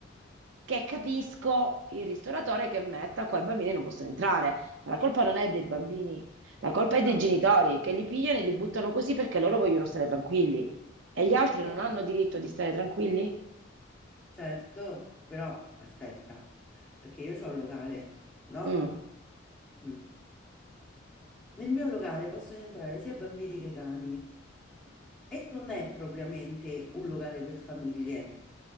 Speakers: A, on the right; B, in the centre.
A: che capisco il ristoratore che metta qua i bambini non possono entrare, ma la colpa non è dei bambini, la colpa è
B: no,
A: dei genitori che li pigliano e li buttano così perché loro vogliono stare tranquilli. E gli altri non
B: eh,
A: hanno diritto di stare tranquilli?
B: Certo, però aspetta, perché io ho un locale, no?
A: Mm.
B: Mm. Nel mio locale possono entrare sia bambini che cani e non è propriamente un locale per famiglie.